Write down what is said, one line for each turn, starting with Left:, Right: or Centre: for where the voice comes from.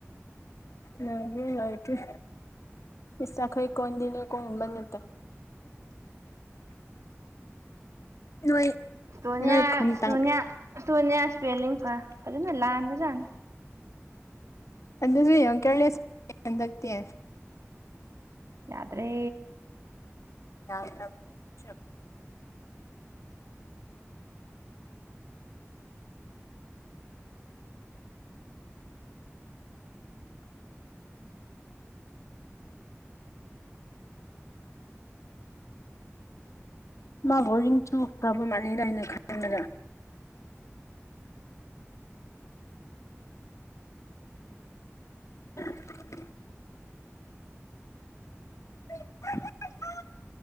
Left: ꯂꯣꯏꯗ꯭ꯔꯤ ꯂꯣꯏꯗ꯭ꯔꯤ ꯏꯁ ꯑꯈꯣꯏ ꯀꯣꯟꯗꯤꯅꯦ ꯀꯣꯝꯕꯅꯦꯇ ꯅꯣꯏ
Right: ꯁꯣꯅꯤꯌꯥ
Left: ꯅꯣꯏ ꯈꯨꯟꯇꯪ
Right: ꯁꯣꯅꯤꯌꯥ ꯁꯣꯅꯤꯌꯥ ꯏꯁꯄꯦꯂꯤꯡ ꯐ ꯐꯖꯅ ꯂꯥꯟꯕ ꯖꯥꯠꯅꯤ
Left: ꯑꯗꯨꯗꯤ ꯌꯥꯝ ꯀꯦꯌꯔꯂꯦꯁ ꯍꯟꯗꯛꯇꯤ
Right: ꯌꯥꯗ꯭ꯔꯦ
Left: ꯌꯥ <unintelligible> ꯃꯥ ꯕꯣꯔꯤꯡ ꯆꯨꯈꯔꯥꯕ ꯃꯥꯜꯂꯤꯗ ꯑꯩꯅ ꯈꯟꯕꯗꯥ <unintelligible> <unintelligible>